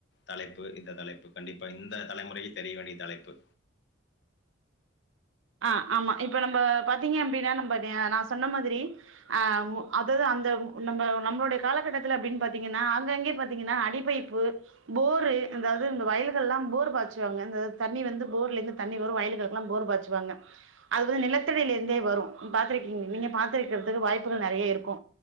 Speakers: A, on the left; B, on the right.
A: தலைப்பு இந்த தலைப்பு கண்டிப்பா இந்த தலைமுறைக்கு தெரிய வேண்டிய தலைப்பு
B: ஆ ஆமா இப்ப நம்ம பாத்தீங்க அப்டின்னா நம்ப ஆ நா சொன்ன மாதிரி ஆ ஒ அதாவது அந்த நம்ம நம்மளோட காலகட்டத்துல அப்டின்னு பாத்தீங்கன்னா ஆங்காங்கே பாத்தீங்கன்னா அடி பைப்பு போரு அதாவது இந்த வயல்கள்லா போர் பாச்சுவாங்க அந்த தண்ணி வந்து போர்ல இருந்து தண்ணி வரு வயல்களுக்கெல்லா போர் பாச் சுவாங்க அது வந்து நிலத்தடியில இருந்தே வரு நீங் பாத்திருக்கீங் நீங்க பாத்திருக்கிறதுக்கு வாய்ப்புகள் நெறைய இருக்கு